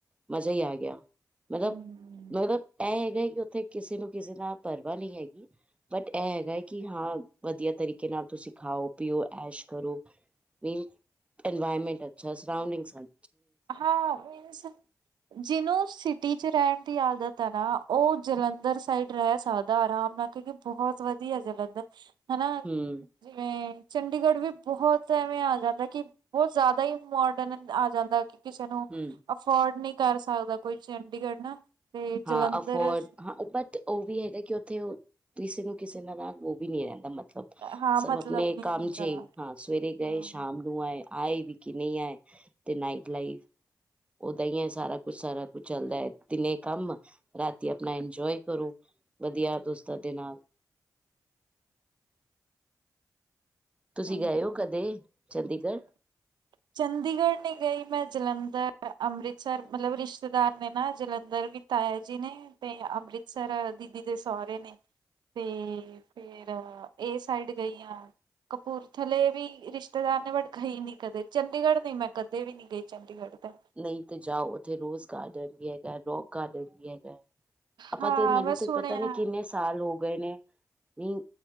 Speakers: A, on the right (about 15°); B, on the right (about 85°).
A: ਮਜ਼ਾ ਹੀ ਆ ਗਿਆ ਮਤਲਬ-
B: ਹੂੰ
A: ਮਤਲਬ ਇਹ ਹੈਗਾ ਕਿ ਉੱਥੇ ਕਿਸੇ ਨੂੰ ਕਿਸੇ ਨਾਲ ਪਰਵਾ ਨਹੀਂ ਹੈਗੀ ਬਟ ਇਹ ਹੈਗਾ ਹੈ ਕਿ ਹਾਂ ਵਧੀਆ ਤਰੀਕੇ ਨਾਲ ਤੁਸੀਂ ਖਾਓ-ਪੀਓ। ਐਸ਼ ਕਰੋ ਇਨ ਇਨਵਾਇਰਮੈਂਟ ਅੱਛਾ ਸਾਵਨਿੰਗ ਸਨ।
B: ਹਾਂ, ਮੀਨਸ ਜਿਹਨੂੰ ਸਿਟੀ ਚ ਰਹਿਣ ਦੀ ਆਦਤ ਤ ਨਾ ਉਹ ਜਲੰਧਰ ਸਾਈਡ ਰਹਿ ਸਦਾ ਆਰਾਮ ਨਾਲ ਕਿਉਂਕਿ ਬਹੁਤ ਵਧੀਆ ਜਲੰਧਰ ਹੈਨਾ
A: ਹੂੰ,
B: ਜਿਵੇਂ ਚੰਡੀਗੜ੍ਹ ਵੀ ਬਹੁਤ ਐਵੇਂ ਆ ਜਾਂਦਾ ਕਿ ਬਹੁਤ ਜ਼ਿਆਦਾ ਹੀ ਮੋਡਰਨ ਆ ਜਾਂਦਾ ਕਿ ਕਿਸੇ ਨੂੰ
A: ਹੂੰ,
B: ਅਫੋਰਡ ਨਹੀਂ ਕਰ ਸਕਦਾ ਕੋਈ ਚੰਡੀਗੜ੍ਹ ਨਾ। ਤੇ
A: ਹਾਂ,
B: ਜਲੰਧਰ
A: ਅਫੋਰਡ ਹਾਂ ਬਟ ਉਹ ਵੀ ਹੈਗਾ ਕਿ ਉੱਥੇ ਕਿਸੇ ਨੂੰ ਕਿਸੇ ਨਾਲ ਨਾਲ ਉਹ ਵੀ ਨੀ ਰਹਿੰਦਾ ਮਤਲ ਸ
B: ਹਾਂ
A: ਸਭ
B: ਮਤਲਬ
A: ਆਪਣੇ
B: ਨਹੀਂ
A: ਕਮ
B: ਹੁੰਦਾ
A: ਚੇ ਹਾਂ ਸਵੇਰੇ ਗਏ
B: ਹਾਂ
A: ਸ਼ਾਮ ਨੂੰ ਆਏ। ਆਏ ਵੀ ਕਿ ਨਹੀਂ ਆਏ ਤੇ ਨਾਈਟ ਲਾਈਫ ਓਦਾਂ ਹੀ ਹੈ, ਸਾਰਾ ਕੁਛ-ਸਾਰਾ ਕੁਛ ਚੱਲਦਾ ਹੈ ਦਿਨੇ ਕੰਮ ਰਾਤੀ ਆਪਣਾ ਇੰਜੋਏ ਕਰੋ। ਵਧੀਆ ਦੋਸਤ ਦੇ ਨਾਲ
B: <unintelligible> <inaudible>
A: ਤੁਸੀਂ
B: ਹਾਂਜੀ-
A: ਗਏ ਹੋ
B: ਹਾਂਜੀ,
A: ਕਦੇ ਚੰਡੀਗੜ੍ਹ
B: ਚੰਡੀਗੜ੍ਹ ਨਹੀਂ ਗਈ ਮੈਂ ਜਲੰਧਰ, ਅੰਮ੍ਰਿਤਸਰ ਮਤਲਬ ਰਿਸ਼ਤੇਦਾਰ ਨੇ ਨਾ, ਜਲੰਧਰ ਵੀ ਤਾਇਆ ਜੀ ਨੇ ਤੇ ਅ ਅੰਮ੍ਰਿਤਸਰ ਦੀਦੀ ਦੇ ਸਹੁਰੇ ਨੇ। ਤੇ ਫੇਿਰ ਇਹ ਸਾਈਡ ਗਈ ਹਾ। ਕਪੂਰਥਲੇ ਵੀ ਰਿਸ਼ਤੇਦਾਰ ਨੇ ਬਟ ਗਈ ਨੀ ਕਦੇ ਚੰਡੀਗੜ੍ਹ ਨਹੀਂ ਮੈਂ ਕਦੇ ਵੀ ਨਹੀਂ ਗਈ ਚੰਡੀਗੜ੍ਹ। ਤਾਂ
A: ਨਹੀਂ ਤੇ ਜਾਓ, ਉੱਥੇ ਰੋਜ਼ ਗਾਰਡਨ ਵੀ ਹੈਗਾ ਰੋਕ ਗਾਰਡਨ ਵੀ ਹੈਗਾ। ਆਪਾਂ
B: ਹਾਂ
A: ਤੇ ਮੈਨੂੰ
B: ਮੈਂ
A: ਤੇ
B: ਸੁਣਿਆ
A: ਪਤਾ ਨੀ ਕਿੰਨੇ ਸਾਲ ਹੋ ਗਏ ਨੇ। ਨਹੀਂ,